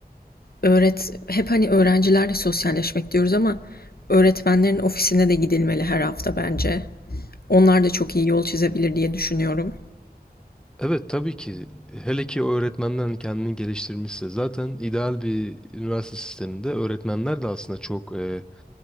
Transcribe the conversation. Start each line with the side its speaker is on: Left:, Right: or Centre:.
Left: öğret hep hani öğrencilerle sosyalleşmek diyoruz ama öğretmenlerin ofisine de gidilmeli her hafta bence. Onlar da çok iyi yol çizebilir diye düşünüyorum.
Centre: Evet tabii ki hele ki o kendini geliştirmişse zaten ideal bir üniversite sisteminde öğretmenler de aslında çok e,